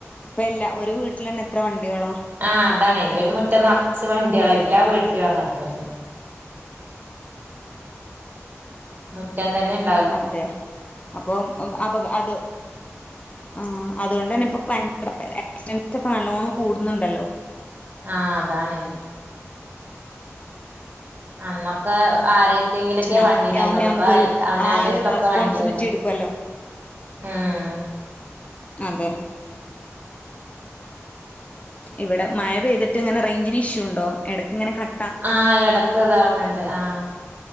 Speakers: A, on the left; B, on the right.
A: ഇപ്പ എല്ലാ ഒരു വീട്ടിലെന്നെ എത്ര വണ്ടികളാ.
B: ആഹ് അതാണെ ഒരു മുറ്റം നറച്ച് വണ്ട്യേളാ എല്ലാം വീട്ടിലും അങ്ങൻ ത്തന്നെ. മുറ്റം തന്നെണ്
A: അതെ അപ്പൊ അപ അതു ആഹ് അതുകൊണ്ടന്നെ ഇപ്പം ആക്സിഡൻസ് ഒക്കെ നല്ലോണ്ണം കൂടുന്നുണ്ടല്ലോ.
B: ആഹ് അതാണെ. അന്നൊക്കെ ആരേ ത്തെങ്കിലൊക്കെ
A: ക്ഷന
B: വണ്ടി ഇണ്ടായിരുന്നൊള്ളു
A: ആവുമ്പോ നമുക്കൊരു
B: ഇപ്പോ അവനാന്റെ
A: ആളൊരു
B: എടുത്തൊക്കെ
A: റെസ്പോൺസിബിലിറ്റി
B: വണ്ടിയല്ലേ.
A: എടുക്കുവല്ലോ
B: ഊം
A: അതെ. ഇവിടെ മഴ പെയ്തിട്ട് ഇങ്ങനെ റേഞ്ചിന് ഇഷ്യൂ ഉണ്ടോ എടക്ക് ങ്ങനെ ക
B: ആഹ് എടക്ക് ഇതാവ്ണ് ണ്ട് ആഹ്.